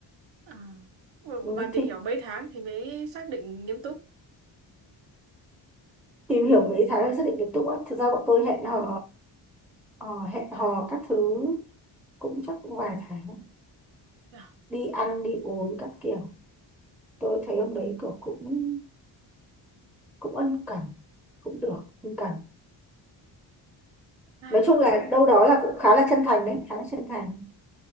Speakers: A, on the right; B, in the centre.
A: à. Bà,
B: Ừ,
A: bà tìm
B: thì
A: hiểu mấy tháng thì mới xác định nghiêm túc
B: tìm hiểu mấy tháng để xác định tiến độ á. thực ra bọn tôi hẹn hò ờ, hẹn hò các thứ cũng chắc cũng vài tháng
A: à,
B: đi ăn đi uống các kiểu tôi thấy hôm đấy kiểu cũng cũng ân cần cũng được ân cần
A: hay
B: nói
A: không
B: chung là đâu đó là cũng khá là chân thành đấy khá là chân thành